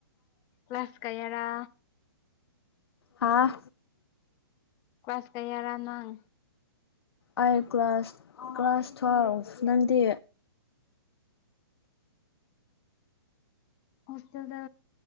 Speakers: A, on the left; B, on the left.
A: ꯀ꯭ꯂꯥꯁ ꯀꯥꯌꯥꯔꯥ꯫
B: ꯍꯥꯥ꯫
A: ꯀ꯭ꯂꯥꯁ ꯀꯌꯥꯔꯥ ꯅꯪ꯫
B: ꯑꯩꯥ ꯀ꯭ꯂꯥꯁ ꯀ꯭ꯂꯥꯁ ꯇꯨꯋꯦꯜꯐ ꯅꯪꯗꯤ꯫
A: ꯍꯣꯁꯇꯦꯜꯗ